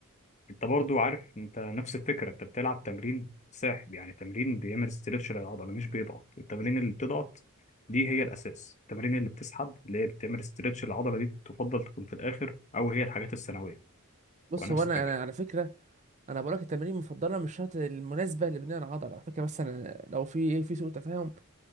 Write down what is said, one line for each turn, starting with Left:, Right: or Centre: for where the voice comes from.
Left: انت برضو عارف انت نفس الفكره انت بتلعب تمرين ساحب يعني تمرين بيعمل استرتش للعضله مش بيضغط التمارين اللي بتضغط دي هي الاساس التمارين اللي بتسحب اللي هي بتعمل استرتش للعضله دي تفضل تكون في الاخر او هي الحاجات الثانويه
Right: بص
Left: ونفس
Right: هو انا
Left: الفكره
Right: انا على فكره انا بقول لك التمارين المفضله مش شرط المناسبه لبناء العضله على فكره بس انا لو في إيه، في سوء تفاهم